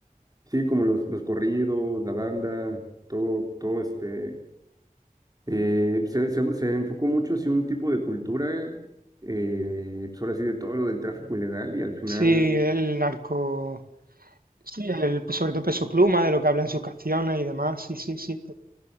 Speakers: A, on the right; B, on the right.
A: sí, como los, los corridos, la banda, todo, todo este... eh, se, se, se enfocó mucho hacia un tipo de cultura, eh, pues ahora sí, de todo lo del tráfico ilegal y al final
B: Sí, el narco... Sí, el, sobre todo Peso Pluma, de lo que habla en sus canciones y demás. Sí, sí, sí,